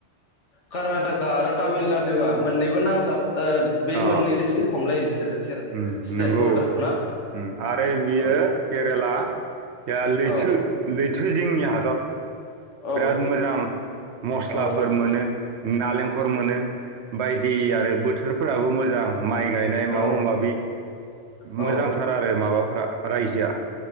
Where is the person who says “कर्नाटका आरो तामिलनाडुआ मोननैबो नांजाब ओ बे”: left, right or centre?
Left